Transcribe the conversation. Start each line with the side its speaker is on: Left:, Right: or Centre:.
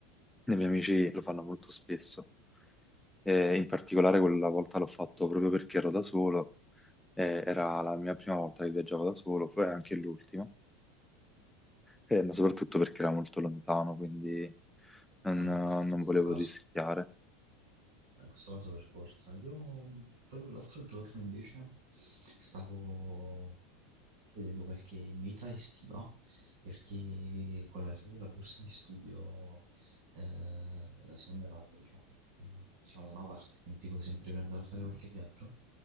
Centre: i miei amici lo fanno molto spesso. Eh, in particolare quella volta l'ho fatto proprio perché ero da solo, eh, era la mia prima volta che viaggiavo da solo, poi anche l'ultima, eh, ma soprattutto perché era molto lontano, quindi non,
Right: No, in
Centre: non
Right: questo
Centre: volevo
Right: caso,
Centre: rischiare.
Right: in questo caso per forza. Io mh, proprio l'altro giorno invece stavo vedendo qualche meta estiva perché con l'arrivo della borsa di studio, eh, la seconda rata, diciamo, mh, diciamo una parte che impiego sempre per andare a fare qualche viaggio.